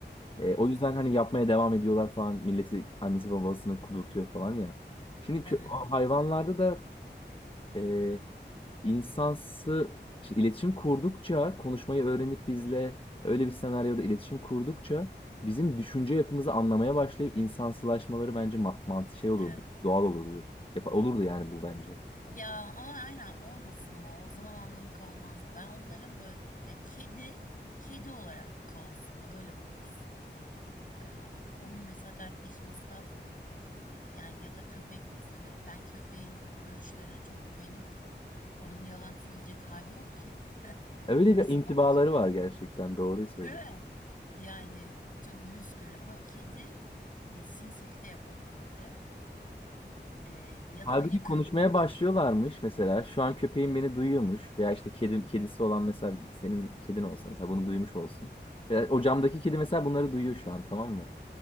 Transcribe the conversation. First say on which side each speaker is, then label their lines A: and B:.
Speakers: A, on the left (about 30°); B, on the left (about 45°).
A: E,
B: Hı hı.
A: o yüzden hani yapmaya devam ediyorlar falan milleti annesi babasını kudurtuyor falan ya. Şimdi kö-
B: Evet,
A: o hayvanlarda da e, insansı şimdi iletişim kurdukça konuşmayı öğrenip bizle öyle bir senaryoda iletişim kurdukça bizim düşünce yapımızı anlamaya başlayıp insansılaşmaları bence ma mantı şey olurdu.
B: evet.
A: Doğal olurdu. Yap olurdu yani bu bence.
B: Ya ama aynen olmasın ama o zaman anlamı kalmazdı. Ben onların böyle yani kedi bir kedi olarak kalsın ve öyle konuşsun. Ee, onun mesela dertleşmesi daha farklı olurdu. Yani ya da köpek mesela. Ben köpeğin görüşlerine çok güvenirdim. Onun yalan söyleyecek hali yok ki. <laughs>
A: Öyle
B: Umursamaz
A: bir intibaları var gerçekten doğruyu söyledin.
B: Değil mi? Yani çok düz görüyor ama kedi e, sinsilik de yapabilirdi. E, ya
A: Halbuki
B: da beni kırmamak
A: konuşmaya başlıyorlarmış
B: için.
A: mesela. Şu an köpeğim beni duyuyormuş veya işte kedim kedisi olan mesela senin kedin olsa mesela bunu duymuş olsun. Veya o camdaki kedi mesela bunları duyuyor şu an tamam mı?